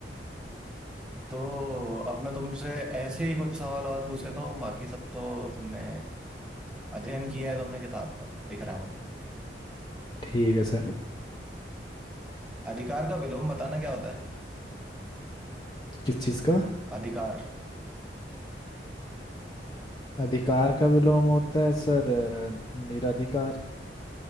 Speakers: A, in the centre; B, on the left.
A: तो अब मैं तुमसे ऐसे ही कुछ सवाल और पूछ लेता हूँ बाकी सब तो तुमने अध्ययन किया है तुमने किताब पर दिख रहा है मुझे
B: ठीक है सर
A: अधिकार का विलोम बताना क्या होता है
B: किस चीज़ का
A: अधिकार
B: अधिकार का विलोम होता है सर अ, निराधिकार